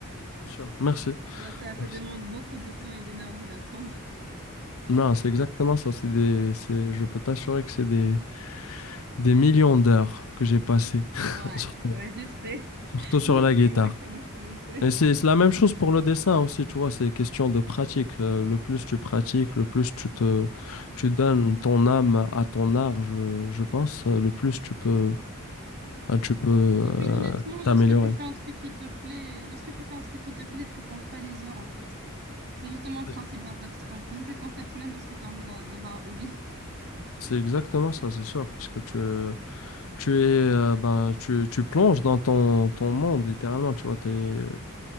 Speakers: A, on the left (about 65°); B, on the right (about 50°).
A: c'est sûr. Merci.
B: Genre, ça, ça
A: Merci.
B: demande beaucoup de temps et d'énergie d'apprendre.
A: Non, c'est exactement ça. C'est des, c'est, je peux t'assurer que c'est des, des millions d'heures que j'ai passées, <laughs>
B: Ouais,
A: surtout,
B: ouais, je sais. <laughs>
A: surtout sur
B: Je
A: la
B: sais
A: guitare.
B: exactement comment c'est.
A: Et c'est c'est la même chose pour le dessin aussi, tu vois, c'est question de pratique. Euh, le plus tu pratiques, le plus tu te, tu donnes ton âme à ton art, je, je pense, euh, le plus tu peux, ben, tu peux
B: Et
A: euh,
B: puis honnêtement,
A: t'améliorer.
B: lorsque tu fais un truc qui te plaît, lorsque tu fais un truc qui te plaît, tu comptes pas les heures en fait. C'est justement le principe
A: C'est
B: d'un passe-temps. <laughs> C'est le concept même lorsque tu as envie d'un- d'avoir un hobby.
A: c'est exactement ça, c'est sûr, parce que tu, tu es euh, ben tu, tu plonges dans ton, ton monde littéralement tu vois t'es euh,